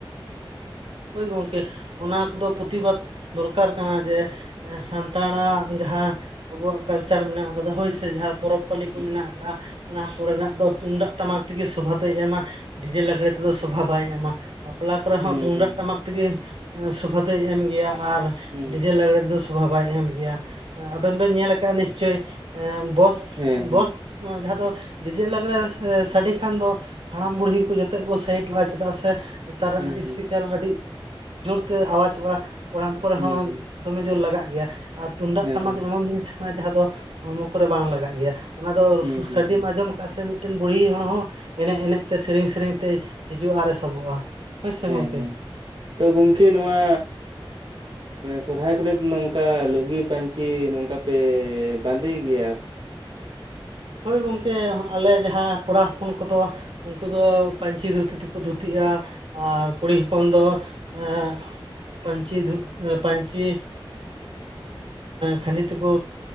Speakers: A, on the right; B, on the right.
A: ᱦᱳᱭ ᱜᱚᱝᱠᱮ ᱾ ᱚᱱᱟ ᱠᱚᱫᱚ ᱯᱨᱚᱛᱤᱵᱟᱫᱽ ᱫᱚᱨᱠᱟᱨ ᱠᱟᱱᱟ, ᱡᱮ ᱥᱟᱱᱛᱟᱲᱟᱜ ᱡᱟᱦᱟᱸ ᱟᱵᱚᱣᱟᱜ ᱠᱟᱞᱪᱟᱨ ᱢᱮᱱᱟᱜ ᱟᱠᱟᱫᱟ, ᱦᱳᱭ ᱥᱮ ᱡᱟᱦᱟᱸ ᱯᱚᱨᱚᱵᱽ ᱯᱟᱹᱞᱤ
B: ᱦᱩᱸ
A: ᱠᱚ ᱢᱮᱱᱟᱜ ᱟᱠᱟᱫ, ᱚᱱᱟ ᱠᱚᱨᱮᱱᱟᱜ ᱫᱚ ᱛᱩᱢᱫᱟᱜ ᱴᱟᱢᱟᱠ ᱛᱮᱜᱮ ᱥᱚᱵᱷᱟ ᱫᱚᱭ ᱮᱢᱟ ᱾ ᱰᱤᱡᱮ ᱞᱟᱸᱜᱽᱲᱮ ᱛᱮᱫᱚ ᱥᱚᱵᱷᱟ ᱵᱟᱭ ᱮᱢᱟ ᱾ ᱵᱟᱯᱞᱟ ᱠᱚᱨᱮ
B: ᱦᱩᱸ
A: ᱦᱚᱸ ᱛᱩᱢᱫᱟᱜ
B: ᱦᱩᱸ ᱦᱩᱸ
A: ᱴᱟᱢᱟᱠ ᱛᱮᱜᱮ ᱥᱚᱵᱷᱟ ᱫᱚᱭ ᱮᱢ ᱜᱮᱭᱟ ᱟᱨ
B: ᱦᱩᱸ
A: ᱰᱤᱡᱮ ᱞᱟᱜᱽᱲᱮ ᱫᱚ ᱥᱚᱵᱷᱟ ᱵᱟᱭ ᱮᱢ ᱜᱮᱭᱟ ᱾ ᱟᱵᱮᱱ ᱵᱮᱱ ᱧᱮᱞ ᱟᱠᱟᱜᱼᱟ ᱱᱤᱥᱪᱳᱚᱭ ᱵᱚᱥ
B: ᱦᱮᱸ ᱦᱮᱸ
A: ᱵᱚᱥ ᱡᱟᱦᱟᱸ ᱫᱚ ᱰᱤᱡᱮ ᱞᱟᱸᱜᱽᱲᱮ ᱥᱟᱰᱮ ᱠᱷᱟᱱ ᱫᱚ ᱦᱟᱲᱟᱢ ᱵᱩᱲᱦᱤ ᱠᱚ ᱡᱚᱛᱚ ᱠᱚ ᱥᱮᱟᱭᱤᱴᱚᱜᱼᱟ, ᱪᱮᱫᱟᱜ ᱥᱮ ᱱᱮᱛᱟᱨᱟᱜ
B: ᱦᱩᱸ
A: ᱤᱥᱯᱤᱠᱟᱨ
B: ᱦᱩᱸ
A: ᱟᱹᱰᱤ ᱡᱳᱨᱛᱮ ᱟᱣᱟᱡᱚᱜᱼᱟ, ᱠᱚᱲᱟᱢ ᱠᱚᱨᱮ
B: ᱦᱩᱸ
A: ᱦᱚᱸ
B: ᱦᱩᱸ
A: ᱫᱚᱢᱮ ᱡᱳᱨ ᱞᱟᱜᱟᱜ ᱜᱮᱭᱟ ᱟᱨ ᱛᱩᱢᱫᱟᱜ
B: ᱦᱮᱸ
A: ᱴᱟᱢᱟᱠ
B: ᱦᱮᱸ
A: ᱮᱢᱚᱱ ᱡᱤᱱᱤᱥ ᱠᱟᱱᱟ, ᱡᱟᱦᱟᱸ ᱫᱚ ᱦᱚᱲᱢᱚ ᱠᱚᱨᱮ ᱵᱟᱝ ᱞᱟᱜᱟᱜ ᱜᱮᱭᱟ ᱾ ᱚᱱᱟ ᱫᱚ
B: ᱦᱩᱸ ᱦᱩᱸ
A: ᱥᱟᱰᱮᱢ
B: ᱦᱩᱸ
A: ᱟᱸᱡᱚᱢ ᱪᱮᱫᱟᱜ ᱥᱮ ᱢᱤᱫᱴᱮᱱ ᱵᱩᱲᱦᱤ ᱦᱚᱲ ᱦᱚᱸ ᱮᱱᱮᱡ ᱮᱱᱮᱡ ᱛᱮ ᱥᱮᱨᱮᱧ ᱥᱮᱨᱮᱧ ᱛᱮ ᱦᱤᱡᱩᱜᱼᱟ ᱟᱨ ᱥᱟᱵᱚᱜᱼᱟ ᱾ ᱦᱳᱭ ᱥᱮ
B: ᱦᱮᱸ
A: ᱜᱚᱝᱠᱮ?
B: ᱦᱮᱸ ᱛᱚ ᱜᱚᱝᱠᱮ ᱱᱚᱣᱟ ᱥᱚᱨᱦᱟᱭ ᱠᱚᱨᱮ ᱫᱚ ᱱᱚᱝᱠᱟ ᱞᱩᱜᱤ ᱯᱟᱹᱧᱪᱤ ᱱᱚᱝᱠᱟ ᱯᱮ ᱵᱟᱸᱫᱮ ᱜᱮᱭᱟ
A: ᱦᱳᱭ ᱜᱚᱝᱠᱮ ᱟᱞᱮ ᱡᱟᱦᱟ ᱠᱚᱲᱟ ᱦᱚᱯᱚᱱ ᱠᱚᱫᱚ ᱩᱱᱠᱩ ᱫᱚ ᱯᱟᱹᱧᱪᱤ ᱫᱷᱩᱛᱤ ᱛᱮᱠᱚ ᱫᱷᱩᱛᱤᱜᱼᱟ ᱟᱨ ᱠᱩᱲᱤ ᱦᱚᱯᱚᱱ ᱫᱚ ᱟ ᱯᱪᱤ ᱫᱷᱩ ᱯᱪᱤ ᱠᱷᱟᱹᱰᱤ ᱛᱮᱠᱚ